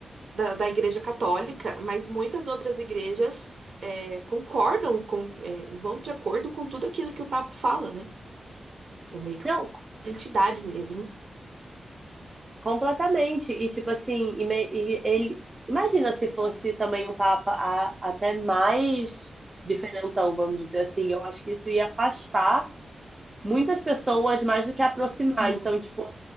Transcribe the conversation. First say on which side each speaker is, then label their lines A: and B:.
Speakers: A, on the right; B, on the right.
A: da, da Igreja Católica, mas muitas outras igrejas. é, concordam com, é, vão de acordo com tudo aquilo que o Papa fala, né? É meio que
B: Não,
A: uma entidade mesmo.
B: Completamente. E tipo assim, e me- e ele imagina se fosse também um papa a- até mais diferentão, vamos dizer assim. Eu acho que isso ia afastar muitas pessoas mais do que aproximar.
A: Uhum.
B: Então, tipo,